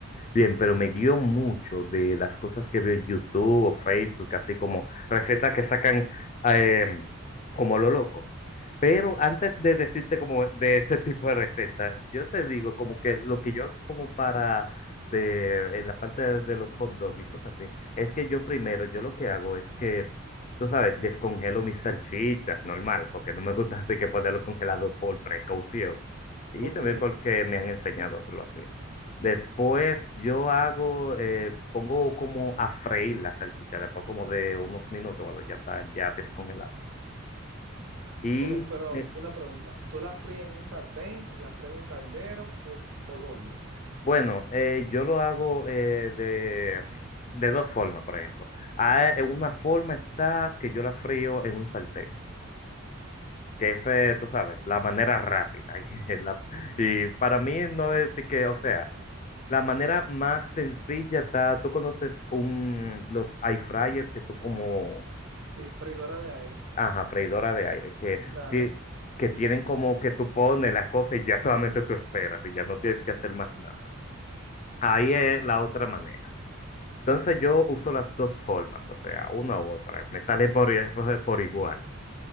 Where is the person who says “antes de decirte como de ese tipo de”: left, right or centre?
Left